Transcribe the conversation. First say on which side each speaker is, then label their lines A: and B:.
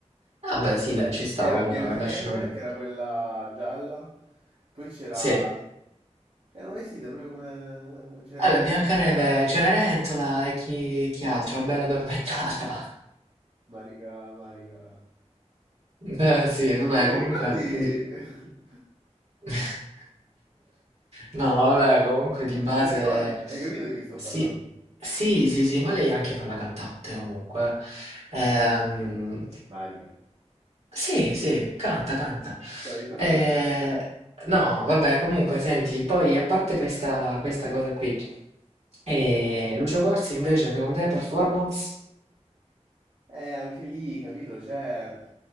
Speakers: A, on the right (about 65°); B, on the right (about 45°).
A: Vabbè, sì, dai, ci sta
B: C'era
A: comunque
B: Biancaneve,
A: per la scenografia.
B: che era quella gialla, poi c'era...
A: Sì.
B: Erano vestite proprio come Cenerentola.
A: Vabbè, Biancaneve, Cenerentola e chi, chi altro? La Bella Addormentata.
B: Marica, Marica...
A: <laughs> Beh, sì, vabbè,
B: Te
A: comunque...
B: li ricordi?
A: di-
B: <laughs>
A: <laughs> No, vabbè, comunque di base...
B: Te li ricordi? Hai capito di chi sto
A: Sì,
B: parlando?
A: sì, sì, sì, ma lei anche fa la cantante comunque. Ehm,
B: Chi? Marica,
A: Sì, sì, canta, canta.
B: quella di San
A: Eh,
B: Pietro.
A: no, vabbè, comunque, senti, poi a parte questa, questa cosa qui, eh, Lucio Corsi invece, secondo te, performance?
B: Eh, anche lì, capito? Cioè,